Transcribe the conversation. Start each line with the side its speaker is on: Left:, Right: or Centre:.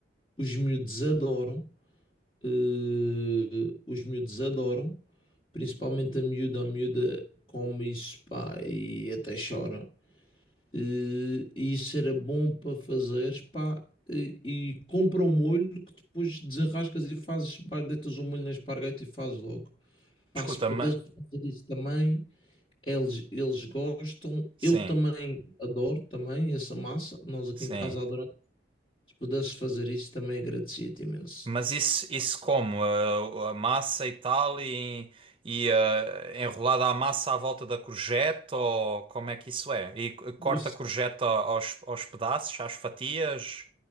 Left: Os miúdos adoram. eh, os miúdos adoram. Principalmente a miúda. A miúda come isso, pá, e até chora. Eh, E isso era bom para fazeres, pá. E, e compra um molho que depois desenrascas e fazes, pá, deitas o molho na esparguete e fazes logo. Pá,
Right: escuta,
Left: se pudesse
Right: ma...
Left: fazer isso também, eles, eles gostam,
Right: sim,
Left: eu também adoro também essa massa. Nós aqui
Right: sim.
Left: em casa adoramos. Se pudesses fazer isso, também agradecia-te imenso.
Right: Mas isso, isso como? A, a massa e tal, e, e ah, enrolada a massa à volta da courgette, ou como é que isso é? E c- corta
Left: Isso.
Right: a courgette a- aos, aos pedaços, às fatias?